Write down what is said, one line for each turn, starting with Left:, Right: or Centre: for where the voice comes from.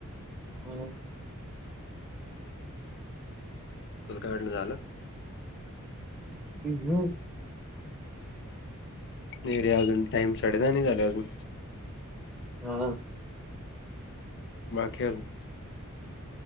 Centre: <unintelligible>
Left: मग काय अडलं झालं.
Centre: हम्म हम्म.
Left: नाही रे अजून टाइम साडे दहा नाही झाले अजून.
Centre: हा.
Left: बाकी अजून.